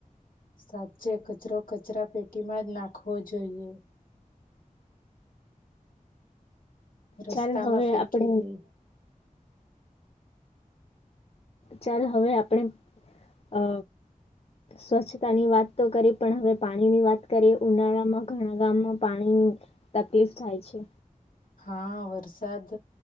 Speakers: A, on the left; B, on the left.
A: સાચે કચરો કચરા પેટીમાં જ નાખવો જોઈએ રસ્તા
B: ચાલ હવે
A: માં ફેંકી
B: આપણે
A: દઈ
B: ચાલ હવે આપણે અ સ્વચ્છતાની વાત તો કરીએ પણ હવે પાણીની વાત કરીએ ઉનાળામાં ઘણા ગામમાં પાણીની તકલીફ થાય છે
A: હા વરસાદ